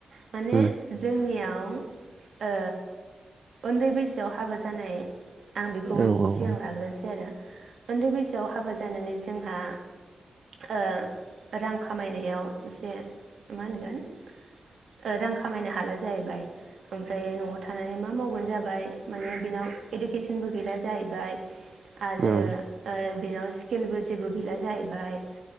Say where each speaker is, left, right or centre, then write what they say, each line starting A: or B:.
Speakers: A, on the right; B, on the right.
A: माने
B: उम
A: जोंनियाव ओ उन्दै बेसो हाबा जा जानाय आं बेखौ
B: औ औ उम औ उम औ उम औ उम औ उम औ
A: सिगां लाग्रोनोसै आरो उन्दै बैसो सोआव हाबा जानानै जोंहा ओ रां खामायनायाव एसे मा होनगोन रां खामायनो हाला जाहैबाय ओमफ्राय नआव थानानै मा मावगोन जाबाय बिनाव इडुकेसनबो गैया जाहैबाय
B: उम
A: आरो बेनाव स्किलबो जेबो गैला जाहैबाय